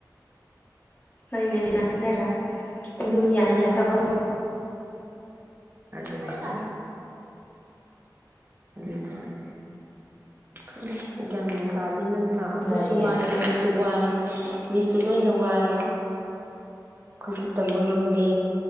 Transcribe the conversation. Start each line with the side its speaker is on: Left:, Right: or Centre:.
Left: ꯍꯣꯏꯅꯦ ꯍꯣꯏꯅ ꯅꯔꯥ ꯈꯤꯇꯪ ꯑꯗꯨꯝ ꯌꯥꯅ ꯌꯥꯟꯅꯕ
Right: ꯑꯗꯨꯅꯤ
Left: ꯀꯟꯅ
Right: ꯑꯗꯨꯅꯤ ꯍꯥꯏꯁꯦ ꯈꯪꯗꯦ ꯒꯌ꯭ꯥꯟ ꯃꯦꯟ ꯇꯥꯗꯦ ꯅꯡ ꯅꯇ꯭ꯔꯥ
Left: ꯁꯥꯟꯅꯔꯤꯌꯦ
Right: ꯑꯩꯈꯣꯏꯁꯨ ꯋꯥꯏ ꯅꯁꯨ ꯋꯥꯏ ꯃꯤꯁꯨ ꯂꯣꯏꯅ ꯋꯥꯏ ꯈꯠꯁꯨ ꯇꯝꯕ ꯉꯝꯗꯦ